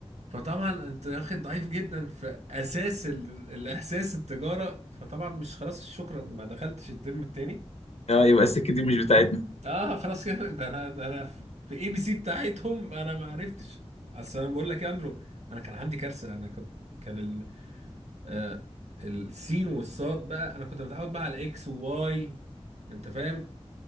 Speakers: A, on the right; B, on the left.
A: فطبعا انت واخد ضعيف جدا في اساس ال... الاحساس التجارة فطبعا مش خلاص شكرا ما دخلتش الترم التاني
B: اه يبقى السكه دي مش بتاعتنا
A: اه خلاص كده ده انا ده انا في اي بي سي بتاعتهم انا ما عرفتش اصل انا بقول لك يا اندرو انا كان عندي كارثة انا كنت كان ال... آه السين والصاد بقى انا كنت متعود بقى على اكس وواي انت فاهم